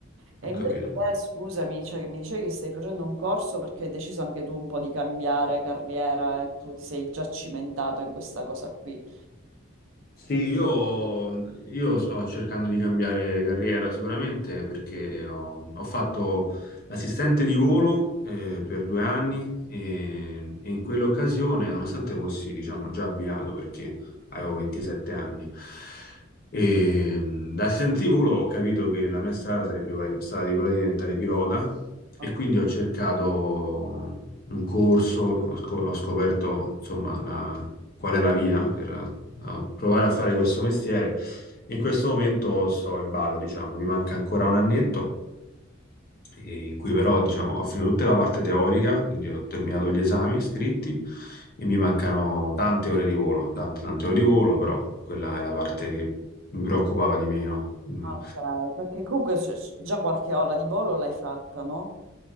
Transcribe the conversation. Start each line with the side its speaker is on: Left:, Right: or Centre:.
Right: E
Left: ho
Right: invece
Left: capito.
Right: te, scusami, cioè, che mi dicevi che stai facendo un corso perché hai deciso anche tu un po' di cambiare carriera e tu ti sei già cimentato in questa cosa qui.
Left: Sì, io, io sto cercando di cambiare carriera sicuramente perché ho, ho fatto l'assistente di volo eh, per due anni e, e in quell'occasione, nonostante fossi, diciamo, già avviato perché avevo 27 anni, e, mh, da assistente di volo ho capito che la mia strada sarebbe quella- stata di quella di diventare pilota e
Right: Oh,
Left: quindi ho cercato un corso, ho, scop- ho scoperto insomma la- qual è la via per a provare a fare questo mestiere. In questo momento sto in ballo, diciamo, mi manca ancora un annetto, eh, in cui però, diciamo, ho finito tutta la parte teorica, quindi ho terminato gli esami scritti e mi mancano tante ore di volo, tante, tante ore di volo, però quella è la parte che mi preoccupava di meno. Mm.
Right: Ok, perché comunque c- già qualche ora di volo l'hai fatta, no?